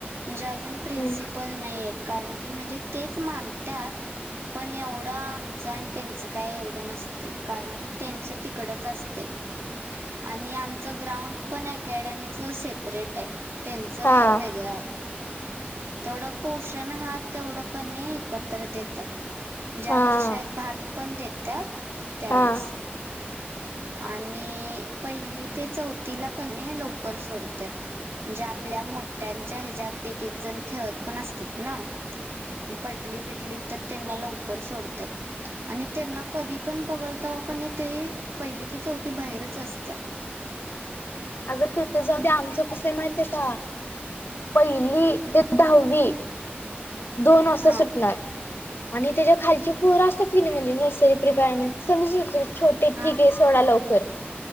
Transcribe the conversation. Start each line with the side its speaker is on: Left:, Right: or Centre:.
Right: म्ह जाजून प्रन्सिपल
Left: हम्म
Right: नाही कारण की म्हणजे तेच मानतात पण एवढं आणि त्यांच काय एवढं नसते कारण की त्यांच तिकडच असते आणि आमचं ग्राउंड पण अकॅडमीच सेपरेट आहे त्यांचं
Left: हा
Right: वेगळं आहे तेवढं पोषण आहार तेवढं कन एकत्र देतात म्हणजे
Left: हा
Right: आमच्या शाळेत भात प ते त्या त्यावीस
Left: हा.
Right: आणि पहिली ते चौथीला कने लवकर सोडतात म्हणजे आपल्या मोठ्यांच्या ह्याच्या्यात एक एक जण खेळत पण असत ना पडली बिडली तर त्यांना लवकर सोडतात आणि त्यांना कधी पण बघलताव का नाही ते पहिली ते चौथी बाहेरच असत्या
Left: अगं तिथे जाऊ आमचं कस माहित आहे का पहिली ते दहावी दोन वाषता
Right: हा
Left: सुटणार आणि त्याच्या खालचे पोर असतात कि नाही म्हणजे नर्सरी प्रिपेरमेंट समज छोटे
Right: हा
Left: ठीके थोडा लवकर